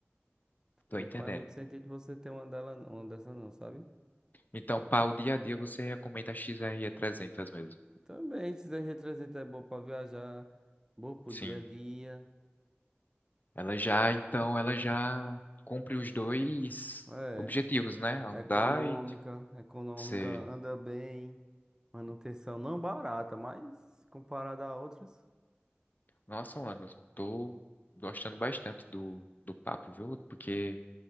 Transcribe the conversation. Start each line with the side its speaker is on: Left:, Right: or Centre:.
Left: tô
Right: não
Left: entendendo.
Right: faz muito sentido você ter uma dela, uma dessa não, sabe?
Left: Então, para o dia a dia, você recomenda a XR300 mesmo.
Right: Também, esse R300 é bom pra viajar, bom pro
Left: Sim.
Right: dia a dia.
Left: Ela já, então, ela já cumpre os dois
Right: É.
Left: objetivos, né? Andar
Right: Econômica,
Left: e tipo,
Right: econômica
Left: ser
Right: anda bem. Manutenção não barata, mas comparada a outras,
Left: Nossa, mano, tô gostando bastante do, do papo, viu? Porque